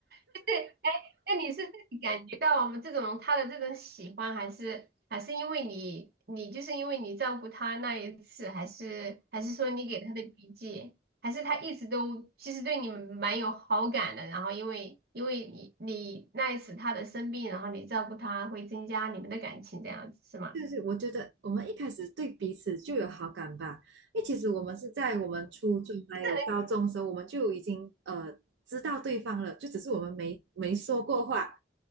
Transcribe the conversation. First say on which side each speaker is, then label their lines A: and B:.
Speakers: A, on the right (about 60°); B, on the right (about 85°).
A: 是，哎，那你是自己感觉到我们这种他的这种喜欢，还是还是因为你你就是因为你照顾他那一次，还是还是说你给他的笔记，还是他一直都其实对你们蛮有好感的，然后因为因为你你那一次他的生病，然后你照顾他，会增加你们的感情这样子是吗？
B: 对对，我觉得我们一开始对彼此就有好感吧，因为其实我们是在我们初中还有高中的时候，
A: 这人
B: 我们就已经呃知道对方了，就只是我们没没说过话，